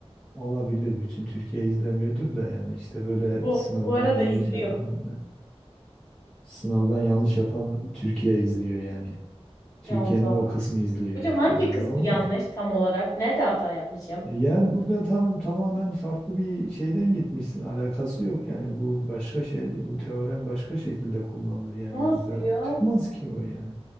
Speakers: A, in the centre; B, on the left (about 30°).
A: olabilir. Bütün Türkiye izlemiyordur da yani işte böyle
B: Bu,
A: sınavdan
B: bu arada
A: yanlış
B: izliyor.
A: yapan sınavdan yanlış yapan Türkiye izliyor yani. Türkiye'nin
B: Ya Allah.
A: o kısmı izliyor
B: Hocam
A: yani.
B: hangi
A: Öyle
B: kısmı
A: olmaz.
B: yanlış tam olarak? Nerede hata yapmışım?
A: E Yani burada tam tamamen farklı bir şeyden gitmişsin. Alakası yok yani. Bu başka şey, bu teorem başka şekilde kullanılır. Yani
B: Nasıl
A: burada
B: ya?
A: çıkmaz ki o yani.